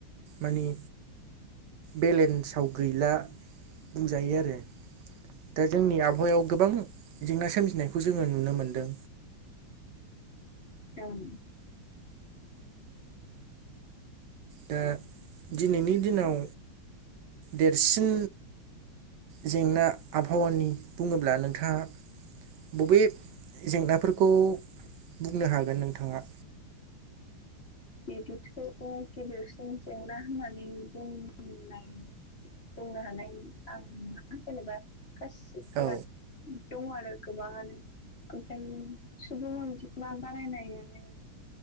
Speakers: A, on the right (about 75°); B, on the left (about 40°).
A: मानि बेलेन्साव गैला बुंजायो आरो दा जोंनि आबहावायाव गोबां जेंना सोमजिनायखौ जोङो नुनो मोनदों
B: <unintelligible>
A: दा दिनैनि दिनाव देरसिन जेंना आबहावानि बुङोब्ला नोंथाङा बबे जेंनाफोरखौ बुंनो हागोन नोंथाङा
B: बिदिथ' गेदेरसिन जेंना होननानै बुंनाय बुंनो हानाय आं ना जेनेबा गाससि बिराद।
A: औ
B: दं आरो गोबाङानो ओमफ्राय सुबुं अनजिमा बारायनायानो